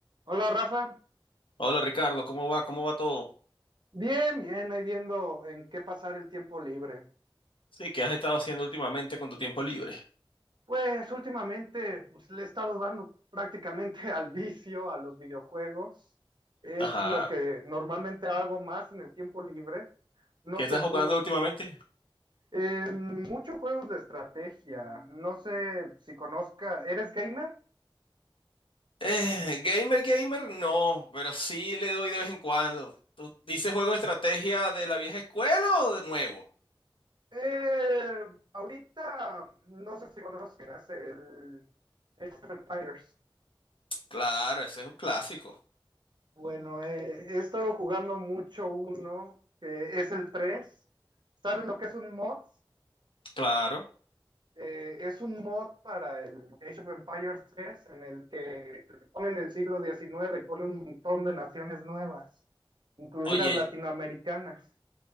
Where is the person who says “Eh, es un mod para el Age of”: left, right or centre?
Right